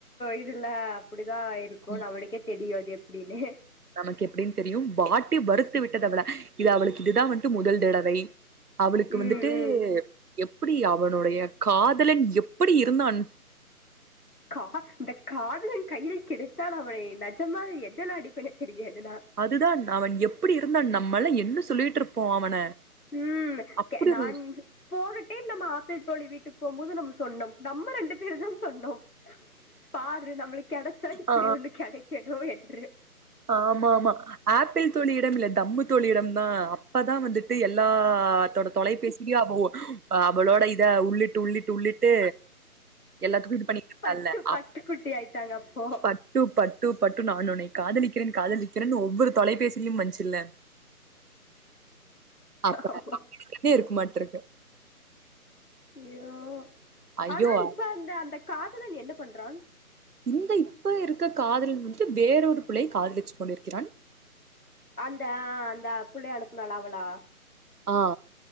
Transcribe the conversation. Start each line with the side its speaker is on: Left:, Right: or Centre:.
Left: இதுல அப்படிதா இருக்கு
Right: ம்
Left: நம்மளுக்கே தெரியு அது எப்டின்னு
Right: நமக்கு எப்டின்னு தெரியும் வாட்டி வறுத்து விட்டது அவள இது அவளுக்கு இதுதா வந்ட்டு முதல் தடவை அவளுக்கு
Left: ம்
Right: வந்துட்டு
Left: ம்
Right: எப்டி அவனுடைய காதலன் எப்டி இருந்தான்
Left: கா இந்த காதலன் கையில் கிடைத்தால் அவனை நஜமா எதலா அடிப்பேன்னு தெரியாது நா
Right: அதுதான் அவன் எப்படி இருந்தான் நம்மெல்லா என்ன சொல்லிட்டு இருப்போ அவன
Left: ம்
Right: அப்டி
Left: தே நான்
Right: ஒரு
Left: போன டைம் நம்ம ஆப்பிள் தோழி வீட்டுக்கு போம்போது நம்ம சொன்னோம் நம்ம ரெண்டு பேரும் தா சொன்னோம் பாரு நம்மளுக்கு கெடைச்சா இப்படி
Right: ஆ
Left: ஒன்னு கெடைக்கணு என்று
Right: ஆமா ஆமா ஆப்பிள் தோழியிடம் இல்ல தம்மு தோழியிடம் தா அப்பதா வந்துட் டு எல்லாத்தோட தொலைபேசி யாபகோ அவளோட இத உள்ளிட்டு உள்ளிட் டு உள்ளிட்டு எல்லாத்துக்கு இது பண்ணிட்டுருப்பல்ல
Left: பட்டு பட்டு
Right: அப்
Left: குட்டி ஆயிட்டாங்க அப்போ
Right: பட்டு பட்டு பட்டு நான் உன்னை காதலிக்கிறேன் காதலிக்கிறேன் ஒவ்வொரு தொலைபேசியிலயு வந்ச்சில அப்ப
Left: ஆமா.
Right: <inaudible> இருக்க மாட்ருக்கு
Left: ஐயோ
Right: ஐயோ
Left: ஆனா இப்ப அந்த அந்த காதலன் என்ன பண்றான்
Right: இந்த இப்ப இருக்க காதலன் வந்துட்டு வேறொரு பிள்ளைய காதலிச்சு கொண்டிருக்கிறான்
Left: அந்த அந்த புள்ளையா அனுப்புனால அவளா
Right: ஆ